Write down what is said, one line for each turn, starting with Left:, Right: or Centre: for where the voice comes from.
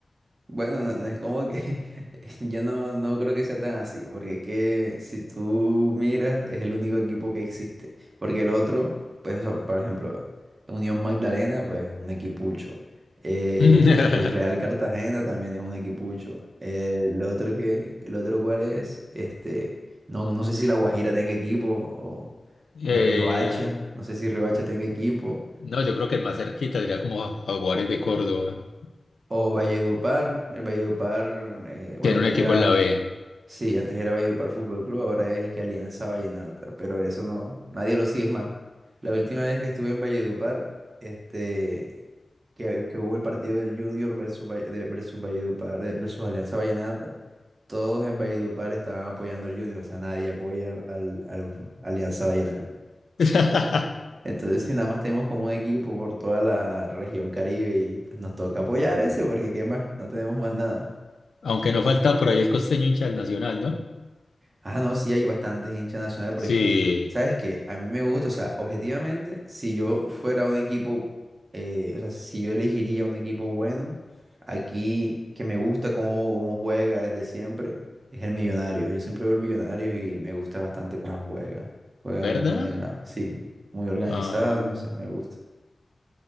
Right: Bueno, no, no es como que <laughs> yo no, no creo que sea tan así, porque es que si tú miras, es el único equipo que existe, porque el otro, pues, o sea, por ejemplo, Unión Magdalena, pues, un equipucho. Eh,
Left: <laughs>
Right: el Real Cartagena también es un equipucho. Eh, el otro que, el otro cuál es, este, no, no sé si La Guajira tenga equipo, o
Left: Eh,
Right: eh, Riohacha, no sé si Riohacha tenga equipo,
Left: no, yo creo que el más cerquita sería como Jaguares de Córdoba.
Right: o Valledupar, el Valledupar, eh, bueno,
Left: Tiene
Right: antes
Left: un equipo
Right: era...
Left: en la B.
Right: Sí, antes era Valledupar Fútbol Club, ahora es y que Alianza Vallenata, pero eso no, nadie lo sigue es más. La última vez que estuve en Valledupar, este, que, que hubo el partido del Junior versus, Valle- de- versus Valledupar, eh, versus Alianza Vallenata, todos en Valledupar estaban apoyando al Junior, o sea, nadie apoya al, al- al Alianza Vallenata.
Left: <laughs>
Right: Entonces, si nada más tenemos como un equipo por toda la región Caribe y pues nos toca apoyar ese, porque ¿qué más? No tenemos más nada.
Left: Aunque no falta por ahí el costeño hincha del Nacional, ¿no?
Right: Ah, no, sí, hay bastantes hinchas nacionales, porque
Left: Sí,
Right: es que, ¿sabes qué? A mí me gusta, o sea, objetivamente, si yo fuera un equipo, eh, o sea, si yo elegiría un equipo bueno, aquí que me gusta cómo, cómo juega desde siempre, es el Millonario. Yo siempre veo el Millonario y me gusta bastante cómo juega. Juega
Left: ¿verdad?
Right: de una manera, sí, muy organizado,
Left: Ah,
Right: o sea, me gusta.